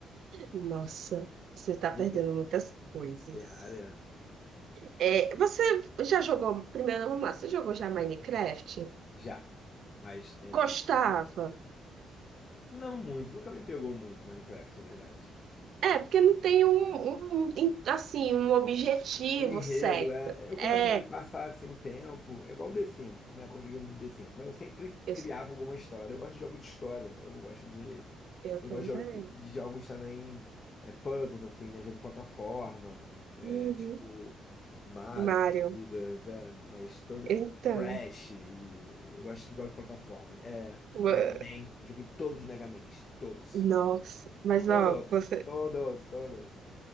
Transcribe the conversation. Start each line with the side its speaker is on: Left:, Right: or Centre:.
Right: Nossa, você está perdendo
Left: Você.
Right: muitas coisas.
Left: Terraria
Right: É, você já jogou, primeiro vamos lá, você jogou já Minecraft?
Left: já. Mas tem muito
Right: Gostava?
Left: tempo. Não muito. Nunca me pegou muito Minecraft, na verdade.
Right: É, porque não tem um, um, um, assim, um objetivo
Left: O enredo,
Right: certo.
Left: é. Eu
Right: é
Left: gostava de passar assim um tempo. É igual o The Sims. Na época eu joguei muito The Sims, mas eu sempre
Right: Eu,
Left: criava alguma história. Eu gosto de jogo de história. Eu gosto de.
Right: eu
Left: Eu
Right: também.
Left: gosto de, de- de jogos também. É, puzzles, assim, né? Jogo de plataforma. É,
Right: Uhum.
Left: tipo. Mario,
Right: Mário,
Left: Gigas, é, mas toda.
Right: então,
Left: Crash. e eu gosto de jogar de plataformas. É,
Right: ua-
Left: Mega Man. eu Joguei todos os Mega Mans. Todos.
Right: nossa, mas
Left: Todos.
Right: ó, você,
Left: Todos, todos.